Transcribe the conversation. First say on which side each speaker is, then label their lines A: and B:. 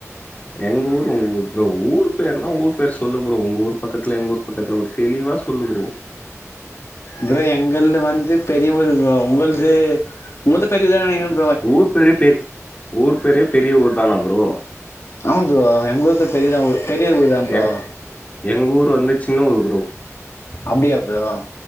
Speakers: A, on the left (about 25°); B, on the left (about 55°).
A: எங்க ஊர் உங்க ஊ ஊர் பேர்னா ஊர் பேர் சொல்லு ப்ரோ உங்க ஊர் பக்கத்துல எங்க ஊர் பக்கத்துல ஒரு தெளிவா சொல்லு ப்ரோ
B: ப்ரோ எங்கள்து வந்து பெரிய ஊரு ப்ரோ உங்கள்து உங்கள்து பெரியதா நெனைக்கிறே ப்
A: ஊர் பேரே பே ஊர் பேரே பெரிய ஊர் தானா ப்ரோ
B: ஆமா ப்ரோ எங்க ஊருக்கு பெரிய தா ஊ பெரிய ஊரு தா ப்ரோ
A: எ எங்க ஊர் வந்து சின்ன ஊர் ப்ரோ
B: அப்டியா ப்ரோ